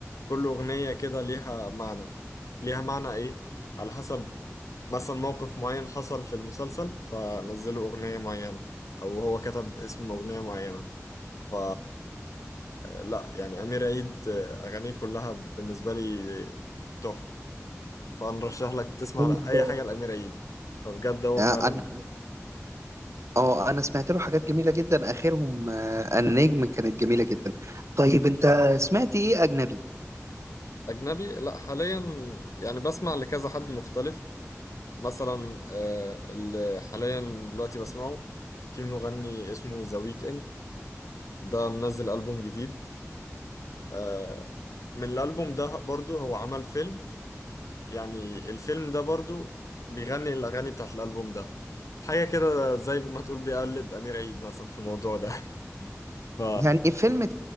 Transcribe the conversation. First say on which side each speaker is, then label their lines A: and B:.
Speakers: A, on the left (about 80°); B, on the right (about 60°).
A: كل أغنية كده ليها معنى ليها معنى إيه على حسب مثلا موقف معين حصل في المسلسل فنزلوا أغنية معينة أو هو كتب اسم أغنية معينة ف لا يعني أمير عيد أغانيه كلها بالنسبة لي تحفة فنرشح لك تسمع
B: طيب،
A: أي حاجة لأمير عيد فبجد هو
B: آه،
A: فعلا
B: انا اه انا سمعت له حاجات جميله جدا اخرهم آه، انا نجم كانت جميله جدا طيب انت سمعت ايه اجنبي
A: أجنبي لا حاليا يعني بسمع لكذا حد مختلف مثلا آه، اللي حاليا دلوقتي بسمعه في مغني اسمه ذا ويك ده منزل ألبوم جديد آه، من الألبوم ده برضو هو عمل فيلم يعني الفيلم ده برضو بيغني الأغاني بتاعت الألبوم ده حاجة كده زي ما تقول بيقلد أمير عيد مثلا في الموضوع ده <laughs> ف
B: يعني فيلم